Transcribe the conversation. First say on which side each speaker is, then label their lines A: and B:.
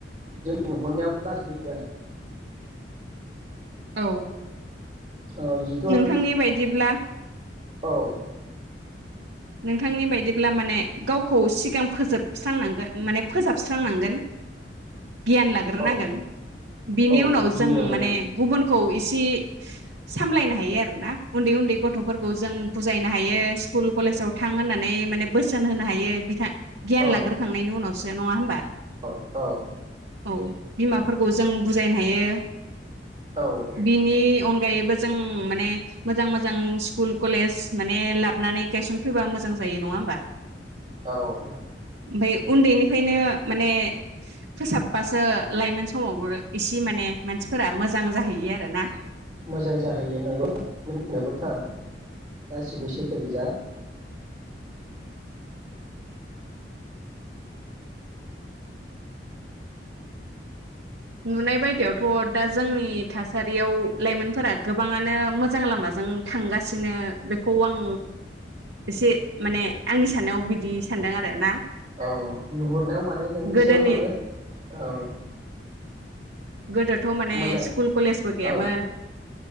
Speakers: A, on the right (about 25°); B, on the right (about 75°).
A: जों नुहुरनायाव गाज्रि आरो
B: औ
A: ओ जिथु
B: नोंथांनि
A: आरो
B: बायदिब्ला
A: औ
B: नोंथांनि बायदिब्ला माने गावखौ सिगां फोजोबस्रांनांगोन माने फोसाबस्रांनांगोन गियान लाग्रोनांगोन
A: औ
B: बिनि
A: औ
B: उनाव
A: गिबियावनो
B: जों माने गुबुन खौ इसे सामलायनो हायो आरोना उन्दै उन्दै गथफोरखौ जों बुजायनो हायो स्कुल कलेजाव थां होनना नानै माने बोसोन होनो हायो बिथां गियान
A: औ
B: लाग्रोखांनायनि उनाव से नङा होमबा?
A: औ औ
B: औ बिमाफोरखौ जों बुजायनो हायो
A: औ
B: बिनि अनगायैबो जों माने मोजां मोजां स्कुल कलेज माने लाब हाबनानै गायसनफ बा मोजां जायो नङा होमबा
A: औ
B: ओमफ्राय उन्दैनिफ्रायनो माने फोसाबबासो लाइमोन समावबो इसे माने मानसिफोरा मोजां जाहैयो आरोना ।
A: मोजां जाहोयो नंगौ बुंनायाबो थार गासिबो सै थो गोजा
B: नुनाय बायदियावथ' दा जो जोंनि थासारियाव लाइमोनफोरा गोबाङानो मोजां लामाजों थांगासिनो बेखौ आं एसे माने आंनि साननायाव बिदि सानदों आरो ना
A: औ नुहुरनायाव माने नोंनि
B: गोदोनि
A: सायाव माने औ
B: गोदोथ' माने
A: मोजां
B: स्कुल कलेजबो गैयामोन
A: औ औ